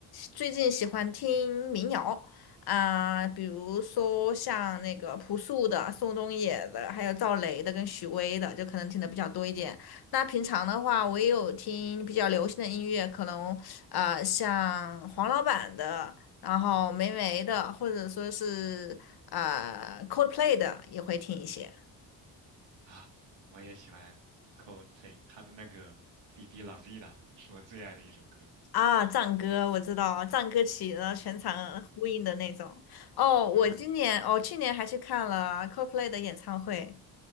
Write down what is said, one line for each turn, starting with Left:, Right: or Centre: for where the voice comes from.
Left: 最近喜欢听民谣啊，比如说像那个朴树的、宋冬野的，还有赵雷的跟许巍的，就可能听的比较多一点。那平常的话，我也有听比较流行的音乐，可能啊，呃像黄老板的。然后霉霉的，或者说是呃 Coldplay 的也会听一些
Right: 啊，我也喜欢 Coldplay，他的那个《Viva La Vida》是我最爱的一首歌。
Left: 啊，藏歌我知道，藏歌起，然后全场呼应的那种。哦，我今年哦，
Right: 对，
Left: 去年还去看了 Coldplay 的演唱会，